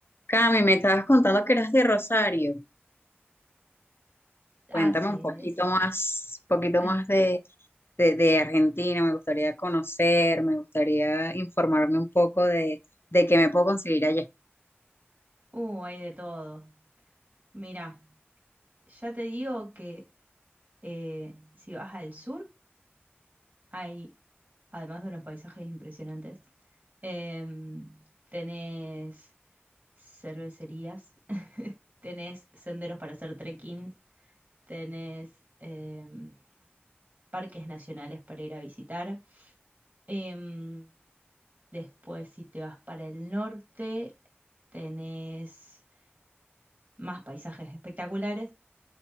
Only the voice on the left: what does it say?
Cami, me estabas contando que eras de Rosario. Cuéntame
un poquito
más, poquito
más de, de, de Argentina. Me gustaría conocer, me gustaría informarme un poco de, de qué me puedo conseguir allá.